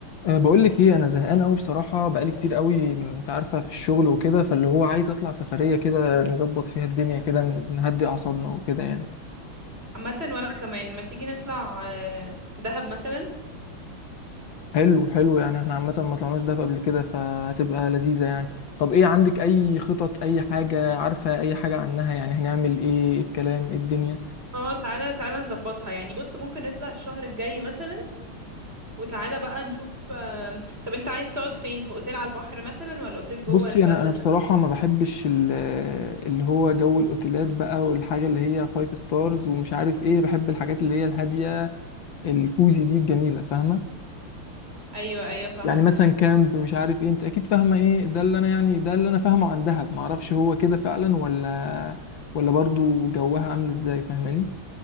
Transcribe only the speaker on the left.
أه، بقول لك ايه انا زهقان قوي بصراحه بقالي كتير قوي م- انت عارفه في الشغل وكده فاللي هو عايز اطلع سفريه كده نظبط فيها الدنيا كده ن- نهدي اعصابنا وكده يعني
حلو حلو يعني احنا عامه ما طلعناش دهب قبل كده فهتبقى لذيذه يعني طب ايه عندك اي خطط اي حاجه عارفه اي حاجه عنها يعني هنعمل ايه إيه الكلام ايه الدنيا
بصي
انا انا بصراحه
ما بحبش ال- اللي هو جو الاوتيلات بقى والحاجه اللي هي فايف ستارز ومش عارف ايه بحب الحاجات اللي هي الهاديه الكوزي دي الجميله فاهمه
يعني مثلا كامب مش عارف ايه انت اكيد فاهمه ايه ده اللي انا يعني ده اللي انا فاهمه عن دهب معرفش هو كده فعلا ولا ولا برضو جوها عامل ازاي فاهماني